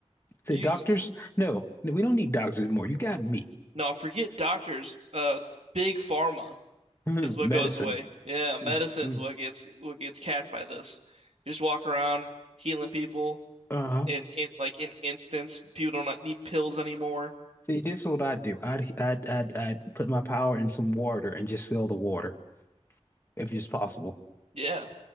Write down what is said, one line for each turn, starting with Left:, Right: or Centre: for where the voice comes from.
Left: The
Right: You,
Left: doctors?
Right: you
Left: No, no, we don't need doctors anymore. You got me.
Right: no, forget doctors. Uh, big pharma
Left: <laughs>
Right: is what
Left: Medicine.
Right: goes away. Yeah, medicine's
Left: Mm-hmm.
Right: what gets what gets capped by this. You just walk around healing people
Left: Uh-huh.
Right: in in like in instance, people don't like, need pills anymore.
Left: See, this is what i do. I'd, I'd I'd I'd put my power in some water and just sell the water if it's possible.
Right: Yeah.